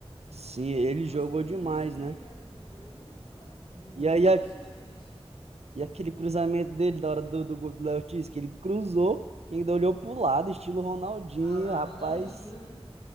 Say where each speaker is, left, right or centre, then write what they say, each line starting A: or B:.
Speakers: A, on the right; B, on the left.
A: Sim, ele
B: Duas
A: jogou
B: contribuições
A: demais, né?
B: diretas pros dois gols, cara. Um gol
A: E aí,
B: e
A: a-
B: uma assistência.
A: e aquele cruzamento dele da hora do, do gol do Léo Ortiz, que ele cruzou e ainda olhou pro lado, estilo
B: Sim.
A: Ronaldinho,
B: Ah lá,
A: rapaz.
B: Ronaldinho, né?